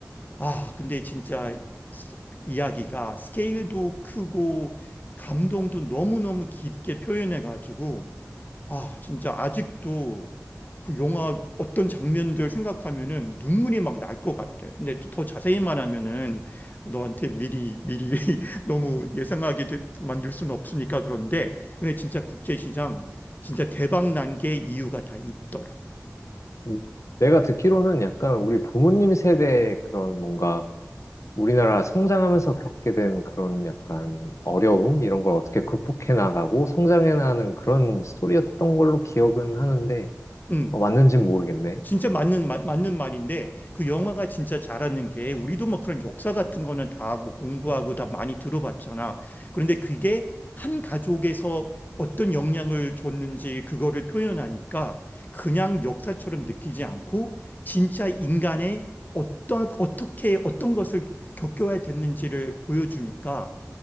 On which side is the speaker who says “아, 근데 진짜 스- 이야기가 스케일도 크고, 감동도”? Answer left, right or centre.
Left